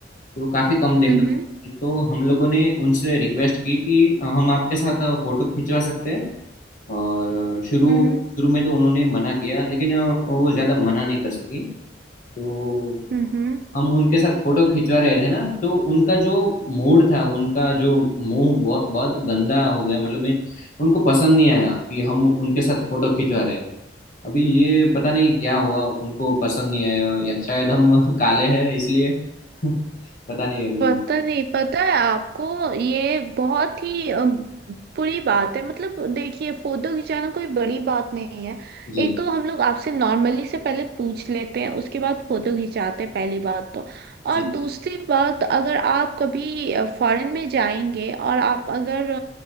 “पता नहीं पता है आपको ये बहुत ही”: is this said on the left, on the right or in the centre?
Right